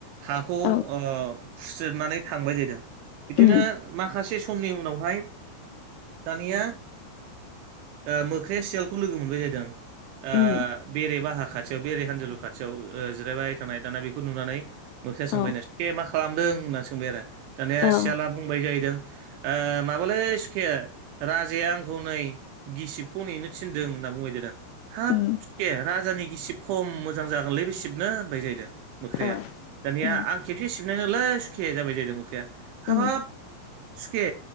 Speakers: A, on the right; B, on the left.
A: हाखौ
B: औ
A: ओ खुस्रोदनानै थांबाय जाहैदों बिदिनो
B: उम
A: माखासे समनि उनावहाय दानिया ओ मोख्राया सियालखौ लोगो मोनबाय जाहैदों। ओ
B: उम
A: बेरे बाहा खाथियाव बेरे हानदिलुर खाथियाव जिरायबाय थानाय, दाना बेखौ नुनानै मोख्राया सोंबायनो
B: औ
A: सुखे मा खालामदों होनना सोंबाय आरो, दानिया
B: औ
A: सियाला बुंबाय जाहैदों ओ माबालै सुखे राजाया आंखौ नै गिसिबखौ नेनो थिनदों होन्नानै बुंबाय जाहैदों हाब
B: उम
A: सुखे राजानि गिसिब खम मोजां जागोनलै बे सिबनो होनबाय जाहैदों मोख्राया।
B: औ
A: दानिया
B: उम
A: आं खेबसे सिबनाय नोलै सुखे जाबाय जाहैदों मोख्राया हाबाब
B: उम
A: सुखे